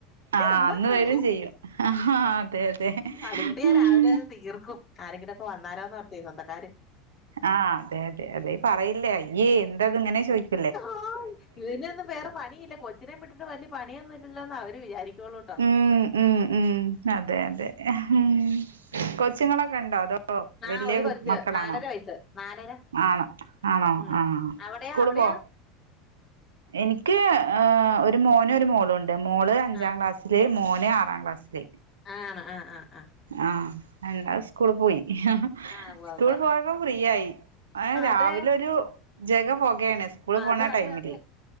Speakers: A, on the right (about 75°); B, on the left (about 35°).
A: ആ
B: അതാ
A: അന്ന്
B: കൊഴപ്പം
A: വരും ചെയ്യും ആ അതെ അതെ
B: അതുകൊണ്ട് ഞാൻ
A: ഉം
B: രാവിലെ തീർക്കും ആരെങ്കിലൊക്കെ വന്നാലോന്നോർത്തേ സ്വന്തക്കാര്
A: ആഹ് അതെ അതെ അതെ പറയില്ലേ അയ്യേ എന്താ അത് ഇങ്ങനെന്ന് ചോയിക്കും
B: ആഹ് ഇതിനെന്നും വേറെ പണിയില്ലെ കൊച്ചിനേ വിട്ടിട്ട് വലിയ പണിയൊന്നും ഇല്ലല്ലോന്നേ അവര് വിചാരിക്കുള്ളൂ
A: ഉം ഉം ഉം അതെ അതെ ഉം കൊച്ചുങ്ങളൊക്കെ ഉണ്ടോ അതോ
B: ആഹ്
A: വല്യ
B: ഒരു
A: കു
B: കൊച്ച്
A: മക്കളാണോ
B: നാലര വയസ്സ് നാലര
A: ആഹ് ആണോ
B: ഉം
A: ആ
B: അവിടെയോ
A: സ്കൂള്
B: അവിടെയോ
A: പോവോ എനിക്ക് ഒരു മോനും ഒരു മോളുണ്ട് മോള് അഞ്ചാം
B: ആഹ്
A: ക്ലാസ് മോന് ആറാം ക്ലാസ്സില്
B: ആണോ ആഹ് ആഹ് ആഹ്
A: ആഹ് ഹംദാൻ സ്കൂൾ പോയി
B: ആഹ് ഉവ്വ
A: സ്കൂള്
B: ഉവ്വ
A: പോയപ്പോ ഫ്രീ ആയി ഏഹ്
B: അതെ
A: രാവിലൊരു ജഗ പൊകേണ് സ്കൂള്
B: അതെ
A: പോണ
B: അതെ
A: ടൈമില്
B: അതെ